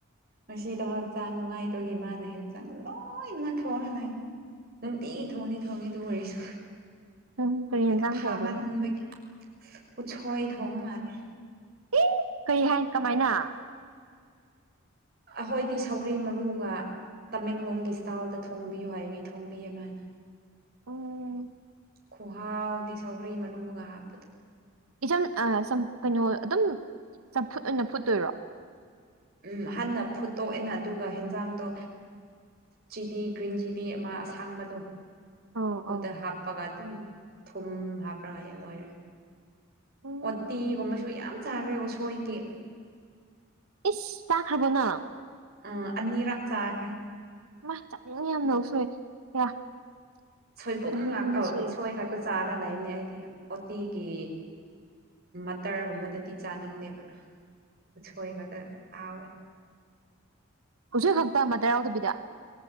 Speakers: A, on the right; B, on the right.
A: ꯉꯗ ꯍꯛꯆꯥꯡ ꯅꯨꯡꯉꯥꯏꯇꯕꯒꯤ ꯃꯥꯅ ꯍꯦꯟꯖꯥꯡ ꯂꯣꯏꯅꯃꯛ ꯈꯋꯥ ꯍꯥꯏꯅꯏ ꯅꯨꯡꯇꯤ ꯊꯣꯡꯅꯤ ꯊꯣꯡꯅꯤꯗꯨ ꯑꯣꯏꯔꯁꯨ
B: ꯅꯪ ꯀꯔꯤ
A: ꯃꯣꯏ
B: ꯌꯦꯟꯖꯥꯡ
A: ꯐꯥꯃꯥꯟ
B: ꯊꯣꯡꯗꯣꯏꯅꯣ
A: ꯅꯕ ꯀ ꯊꯣꯏ ꯊꯣꯡꯉ ꯃꯥꯅꯦꯦ
B: ꯑꯦ ꯀꯩ ꯍꯥꯏꯅꯤ ꯀꯃꯥꯏꯅ
A: ꯑꯩꯈꯣꯏꯗꯤ ꯁꯧꯔꯤ ꯃꯔꯨꯒ ꯇꯃꯦꯡꯂꯣꯡꯒꯤ ꯏꯁꯇꯥꯥꯏꯜꯗ ꯊꯣꯡꯕꯤꯌꯨ ꯍꯥꯏꯕꯤ ꯊꯣꯡꯕꯤꯌꯦ ꯃꯥꯅ
B: ꯎꯝ
A: ꯈꯨꯍ ꯍꯥꯎꯗꯤ ꯁꯧꯒ꯭ꯔꯤ ꯃꯂꯨꯒ ꯍꯥꯞꯄꯗꯣ
B: ꯏꯝ ꯑ ꯀꯩꯅꯣ ꯑꯗꯨꯝ ꯆꯝꯐꯨꯠ ꯑꯣꯏꯅ ꯐꯨꯠꯇꯣꯏꯔꯣ
A: ꯎꯝ ꯍꯥꯟꯅ ꯐꯨꯠꯇꯣꯛꯑꯅ ꯑꯗꯨꯒ ꯍꯦꯟꯖꯥꯡꯗꯣ ꯆꯤꯂꯤ ꯒ꯭ꯔꯤꯟ ꯆꯤꯂꯤ ꯑꯃ ꯑꯁꯥꯡꯕꯗꯣ
B: ꯑꯧ
A: ꯇꯨ
B: ꯑꯧ
A: ꯇ ꯍꯥꯞꯄꯒ ꯇꯨ ꯊꯨꯝ ꯍꯥꯞꯄ꯭ꯔ ꯍꯥꯏꯌꯦ ꯂꯣꯏꯔꯦ
B: ꯎꯝ
A: ꯑꯣꯠꯇꯤꯒꯨꯝꯕꯁꯨ ꯌꯥꯝ ꯆꯥꯈ꯭ꯔꯦ ꯎꯁꯣꯏꯒꯤ
B: ꯏꯁ ꯇꯥꯛ ꯍꯕꯅ
A: ꯑ ꯑꯅꯤꯔꯛ ꯆꯥꯈ꯭ꯔꯦ
B: ꯃꯥ ꯆꯠꯅꯤꯡ ꯌꯥꯝ ꯅꯧ ꯁꯣꯏꯦ ꯌꯥ
A: ꯁꯣꯏꯕꯨꯝ
B: ꯆꯥꯅꯤꯡꯕꯅ
A: ꯉꯥꯛꯇ ꯑ
B: ꯁꯤꯔꯦ
A: ꯎꯁꯣꯏ ꯈꯥꯛꯛꯇ ꯆꯥꯅ ꯂꯩꯕꯅꯤ ꯑꯩꯗꯤ ꯑꯣꯇꯤꯒꯤ ꯃꯇꯇꯔꯒꯨꯝꯕꯗꯗꯤ ꯆꯥꯅꯤꯡꯗꯦꯕ <unintelligible> ꯎꯁꯣꯏ ꯈꯛꯇ ꯑꯋꯦ
B: ꯍꯧꯖꯤꯛ ꯈꯛꯇ ꯑꯃꯗ ꯌꯥꯎꯗꯕꯤꯗ